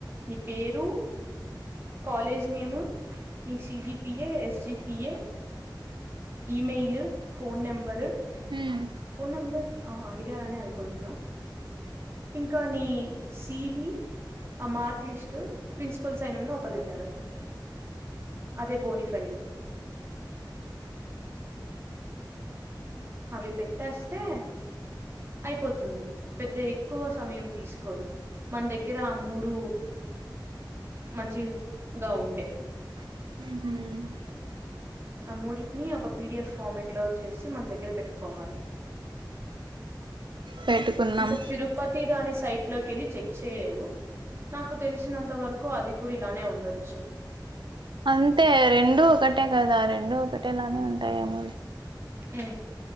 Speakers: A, on the right; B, on the right.
A: నీ పేరు కాలేజ్ నేమ్ నీ CGPA SGPA email phone number
B: ఉమ్
A: ఫోన్ నెంబర్ ఆహ అడిగారనే అనుకుంటున్నా ఇంకా నీ సివి అమార్క్ లిస్ట్ ప్రిన్సిపల్ సైన్ ఉన్ను ఒక లెటరు అదే బోనిఫైడ్ అవి పెట్టేస్తే అయిపోతుంది పెద్ద ఎక్కువ సమయం తీసుకోరు మన దగ్గర ఆ మూడు మంచి గా ఉంటే
B: ఉహు
A: ఆ మూడిటిని ఒక పిడిఎఫ్ ఫార్మేట్ లో చేసి మన దగ్గర పెట్టుకోవాలి
B: పెట్టుకున్నాం
A: ఇక తిరుపతి దాని సైట్ లోకి ఎళ్ళి చెక్ చేయలేదు నాకు తెలిసినంత వరకు అది కూడా ఇలానే ఉండొచ్చు
B: అంతే రెండు ఒకటె కదా రె రెండు ఒకటేలానే ఉంటాయమో
A: ఊ